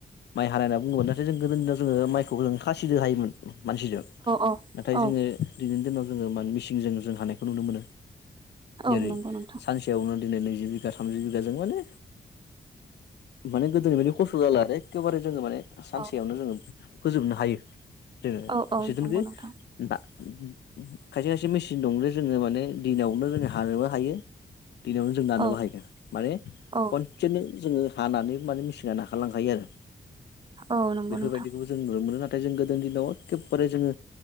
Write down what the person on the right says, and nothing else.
औ
औ
औ
नंगौ नोंथां
औ
औ औ
नंगौ नोंथां
औ
औ
औ नंगौ
नोंथां